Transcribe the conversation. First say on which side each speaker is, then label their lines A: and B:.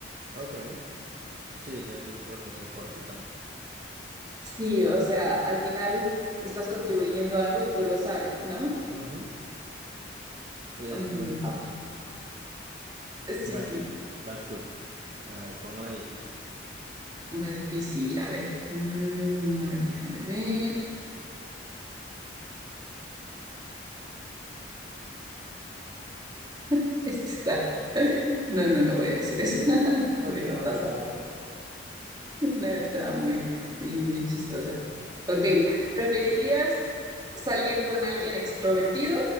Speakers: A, on the right; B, on the right.
A: Ok. Sí, yo también pref- optaría por eso también.
B: Sí, o sea, al final estás contribuyendo a algo y tú lo sabes, ¿no?
A: Ujú. Y es
B: Mm,
A: como lo importante. <laughs>
B: sí,
A: Bueno,
B: sí.
A: vas tú. A ver, pongo una difícil.
B: Una difícil, a ver. Mm, a ver, déjame ver. <laughs> Este está. No, no, no voy a decir eso. <laughs>
A: Porque
B: Deja
A: no,
B: paso.
A: dígalo.
B: No, estaba muy, muy, muy chistosa. Ok, ¿preferirías salir con alguien extrovertido